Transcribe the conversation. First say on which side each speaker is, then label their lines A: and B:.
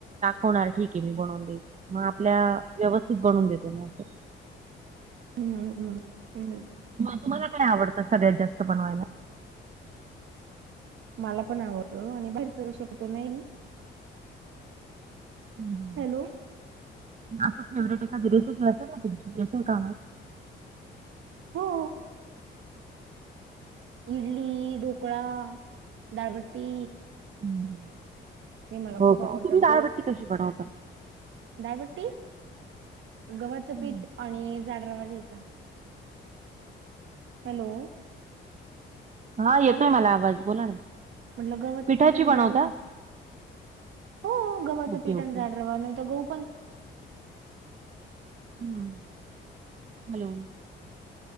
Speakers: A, on the right (about 40°); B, on the right (about 75°).
A: होणार ठीक आहे मी बनवून देत मग आपल्या व्यवस्थित बनवून देतो मग असं.
B: हम्म हम् ह्.
A: तुम्हाला काय आवडतं सगळ्यात जास्त बनवायला?
B: मला पण आवडत आणि बाहेरच शकतो नाही.
A: हम्.
B: हॅलो.
A: असं फेवरेट एखादी रेसिपी असेल ना, तुमचीं काम
B: हो. इडली, ढोकळा, दाळबट्टी.
A: ह्
B: ते मला
A: हो
B: खूप आवडतात
A: का, तुम्ही दाळबट्टी कशी बनवता?
B: दाळबट्टी गव्हाचं
A: हम्म.
B: पीठ आणि जाड रवा घ्यायचा. हॅलो
A: हा
B: काय
A: येतोय
B: म्हणता
A: मला आवाज बोला ना.
B: म्हटलं गव्हाचं
A: पिठाची
B: पीठ आणि
A: बनवता?
B: जाड रवा. हो गव्हाचं
A: ओके
B: पीठण
A: ओके.
B: जाड रवा नाही तर गहू
A: हम्म, हॅलो.